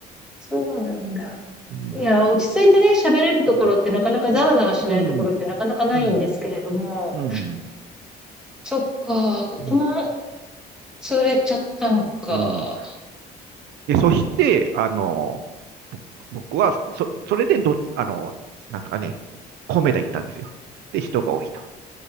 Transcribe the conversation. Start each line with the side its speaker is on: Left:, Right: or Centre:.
Centre: そうなんだ。
Right: うん、
Centre: いや、落ち着いてね、喋れるところってなかなかざわざわしないところってなかなかないんですけれども、
Right: うん、うん、うん、うん、
Centre: そっか、ここも
Right: うん。
Centre: 潰れちゃったのか。
Right: うんで、そして、あの、僕は、そ、それでど、あの、なんとかね、米田行ったんですよ。で、人が多いと。